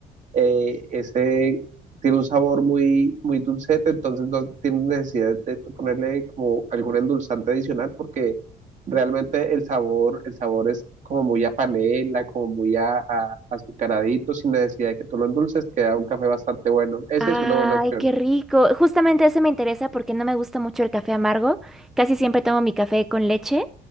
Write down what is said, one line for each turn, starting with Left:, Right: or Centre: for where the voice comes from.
Right: eh, ese tiene un sabor muy, muy dulcete, entonces no tienes necesidad de tú ponerle como algún endulzante adicional porque realmente el sabor, el sabor es como muy a panela, como muy a, a- azucaradito, sin necesidad de que tú lo endulces, queda un café bastante bueno. Esa
Centre: Ay,
Right: es una buena opción.
Centre: qué rico. Justamente ese me interesa porque no me gusta mucho el café amargo. Casi siempre tomo mi café con leche.